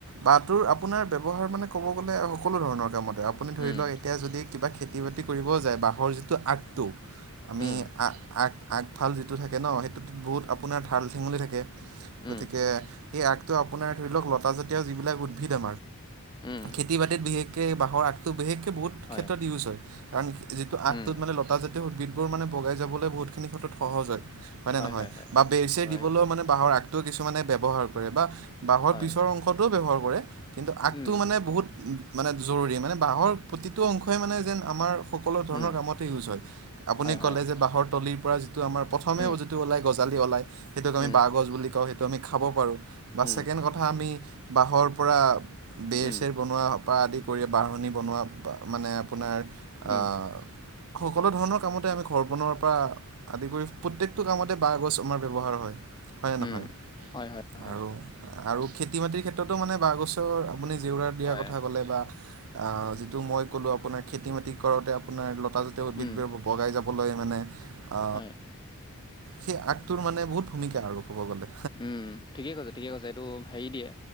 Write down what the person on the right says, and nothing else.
বাট তোৰ আপোনাৰ ব্যৱহাৰ মানে ক'ব গ'লে সকলো ধৰণৰ কামতে আপুনি ধৰি
লও'ক এতিয়া যদি কিবা খেতি বাতি কৰিবও যায়, বাঁহৰ যিটো আগটো আমি
আ আগ আগফাল যিটো থাকে ন' সেইটোত বহুত আপোনাৰ ঠাল ঠেঙলি থাকে গতিকে
আগটো আপোনাৰ ধৰি লও'ক লতা জাতীয় যি বিলাক উদ্ভিদ
খেতি বাতিত বিশেষ কে বাঁহৰ আগটো বিশেষকছ বহুত
ক্ষেত্ৰত ইউজ হয়। কাৰণ যিটো আগটোত
মানে লতাজাতীয় উদ্ভিত বোৰ মানে বগাই যাবলৈ বহুত খিনি ক্ষেত্ৰত সহজ হয়। নে
নহয়
বা বেৰচেৰ
দিবলৌ মানে বাঁহৰ আগটোও কিছুমানে ব্যৱহাৰ কৰে বা বাঁহৰ
পিছৰ অংশটোও ব্যৱহাৰ কৰে কিন্তু আগটোও
মানে বহুত মানে জৰুৰী, মানে বাঁহৰ প্ৰতিটো অংশই মানে যেন আমাৰ সকলো ধৰণৰ
কামতত ইউজ হয়। আপুনি
ক'লে যে বাঁহৰ তলিৰ পৰা যিটো আমাৰ প্ৰথমেও
যিটো ওলাই গছ। জালি ওলাই সেইটোক আমি
বাঁহগছ বুলি কওঁ, সেইটো আমি খাব পাৰোঁ বা
ছেকেণ্ড কথা আমি বাঁহৰ পৰা বেৰ
চেৰ। বনোৱা পা আদি কৰি বাহনি বনোৱা বা মানে আপোনাৰ
আ সকলো ধৰণৰ কামতে আমি ঘৰ বনোৱাৰ পা আদি কৰি প্ৰত্যেকটো কামতে বাঁহ গছ আমাৰ ব্যৱহাৰ হয় হয়নে নহয়?
আৰু আৰু খেতি বাতিৰ ক্ষেত্ৰতো মানে বাঁহ গছৰ আপুনি জেওৰা দিয়াৰ
কথা ক'লে বা অ' যিটো মই ক'লো আপোনাৰ খেতি বাতি কৰোতে আপোনাৰ ল লতাজাতীয় উদ্ভিদ
বগাই যাবলৈ মানে আ
সেই আগটোৰ মানে বহুত ভূমিকা আৰু ক'ব গ'লে